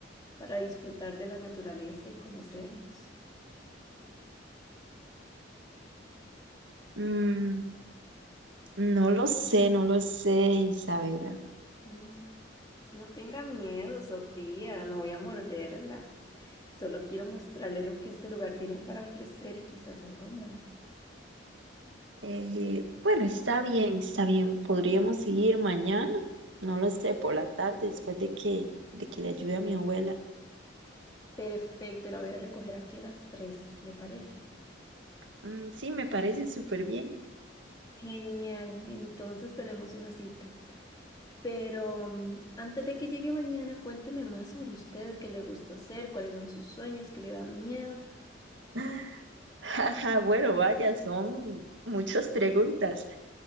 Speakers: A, on the left; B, on the right.
A: para disfrutar de la naturaleza y conocernos.
B: Mm, no lo sé, no lo sé, Isabela.
A: Mm, No tenga miedo, Sofía, no voy a morderla. Solo quiero mostrarle lo que este lugar tiene para ofrecer y quizás algo más.
B: Eh, bueno, está bien, está bien. Podríamos seguir mañana, no lo sé, por la tarde, después de que, de que le ayude a mi abuela.
A: Perfecto, la voy a recoger aquí a las tres, ¿le parece?
B: Mm, sí, me parece súper bien.
A: Genial, entonces tenemos una cita. Pero mm, antes de que llegue mañana, cuénteme más sobre usted, qué le gusta hacer, cuáles son sus sueños, qué le da miedo.
B: <laughs> Jaja, bueno, vaya, son muchas preguntas.